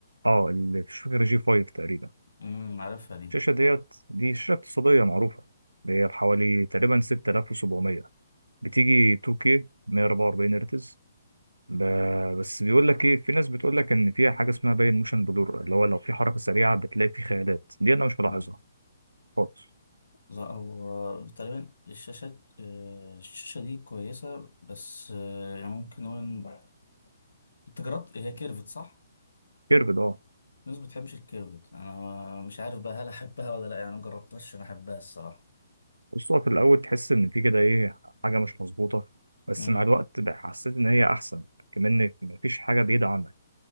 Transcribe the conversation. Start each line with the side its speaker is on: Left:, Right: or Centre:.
Right: اه اللي مش فاكر جي 5 تقريبا
Left: امم عارفها دي
Right: الشاشه ديت دي شاشه اقتصاديه معروفه هي بحوالي تقريبا 6700 بتيجي 2K 144 هرتز ب... بس بيقول لك ايه في ناس بتقول لك ان فيها حاجه اسمها باين موشن بلور اللي هو لو في حركه سريعه بتلاقي في خيالات دي انا مش ملاحظها
Left: امم
Right: خالص
Left: لا هو تقريبا الشاشات آه، الشاشه دي كويسه بس آه، يعني ممكن نقول إن- انت جربت هي كيرفت صح
Right: كيربد اه
Left: الناس ما بتحبش الكيرفت انا مش عارف بقى هل احبها ولا لا يعني انا مجربتهاش انا احبها الصراحه
Right: بص هو في الاول تحس ان في كده ايه حاجه مش مظبوطه بس
Left: امم
Right: مع الوقت بقى حسيت ان هي احسن كمان إن مفيش حاجه بعيده عنك